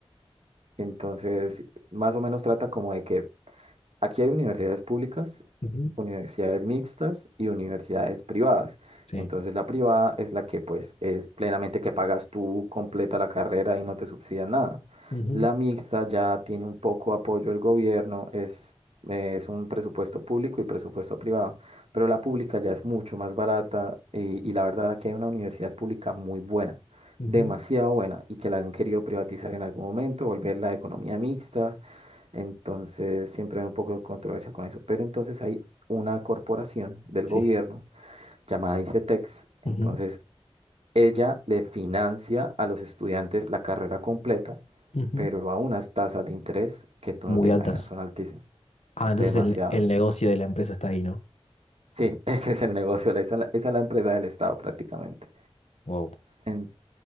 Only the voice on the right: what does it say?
Entonces, más o menos trata como de que Aquí hay universidades públicas,
universidades mixtas y universidades privadas.
Entonces la privada es la que pues es plenamente que pagas tú completa la carrera y no te subsidian nada.
La mixta ya tiene un poco apoyo del gobierno, es, eh, es un presupuesto público y presupuesto privado, pero la pública ya es mucho más barata y, y la verdad aquí hay una universidad pública muy buena,
demasiado buena y que la han querido privatizar en algún momento, volver la economía mixta entonces siempre hay un poco de controversia con eso. Pero entonces hay una corporación del gobierno
llamada ICETEX. Entonces
ella le financia a los estudiantes la carrera completa,
pero a unas tasas de interés que tú
no te imaginas,
son altísimas.
Demasiado.
Sí, <laughs> ese es el negocio, la- esa, es la esa es la empresa del Estado prácticamente.
En-